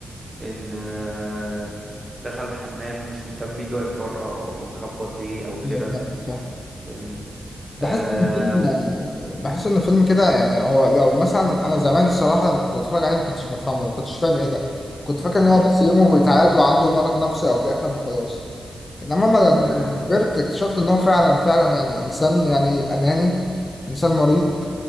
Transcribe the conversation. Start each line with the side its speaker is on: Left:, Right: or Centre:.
Right: ان آه دخل الحمام مش مهتم مين اللي واقف بره او لو خبط ليه او كده
Left: ايوه تمام فاهم
Right: فاهمني
Left: بحس
Right: آه
Left: ان الفيلم يعني بحس ان الفيلم كده يعني هو لو مثلا انا زمان الصراحه لما كنت بتفرج عليه ما كنتش بفهمه ما كنتش فاهم ايه ده كنت فاكر ان
Right: مم،
Left: هو بس يومه بيتعاد وعنده مرض نفسي او بيحلم وخلاص انما لما
Right: آه
Left: لما كبرت اكتشفت ان هو فعلا فعلا يعني انسان يعني اناني انسان مريض